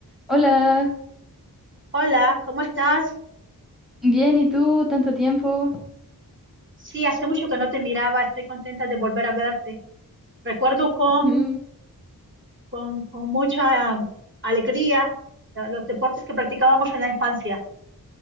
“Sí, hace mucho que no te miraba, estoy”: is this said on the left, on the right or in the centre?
Right